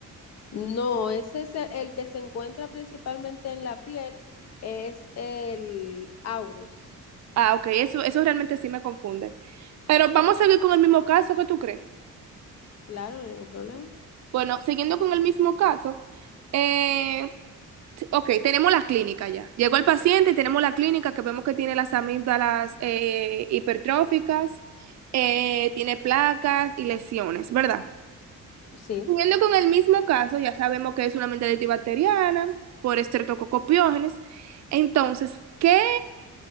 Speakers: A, on the left (about 50°); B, on the right (about 55°).
A: No, ese es el, el que se encuentra principalmente en la piel, es el aurus.
B: Ah, ok, eso, eso realmente sí me confunde. Pero vamos a seguir con el mismo caso, ¿qué tú crees?
A: Claro, no hay ningún problema.
B: Bueno, siguiendo con el mismo caso, eh, Sí, Ok, tenemos la clínica ya. Llegó el paciente y tenemos la clínica que vemos que tiene las amígdalas eh, hipertróficas, eh, tiene placas y lesiones, ¿verdad?
A: Sí.
B: Siguiendo con el mismo caso, ya sabemos que es una amigdalitis bacteriana por estreptococopiógenes. Entonces, ¿qué,